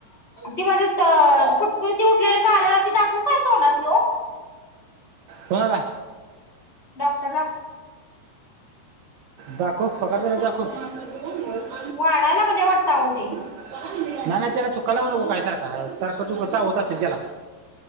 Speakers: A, on the left; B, on the right.
A: ती माझ्यात अ, फुटकुली ती उठलेली गालाला ती दाखवून काय तोंडातली ओ?
B: कुणाला.
A: डॉक्टर ला.
B: दाखव. पगार झाल्यावर दाखव.
A: वाडाय लागल्या वाटतयं आओ ते.
B: नाही-नाही त्याला चुका लावू नको काय, सारख, सारख चुक चावत अशिल त्याला.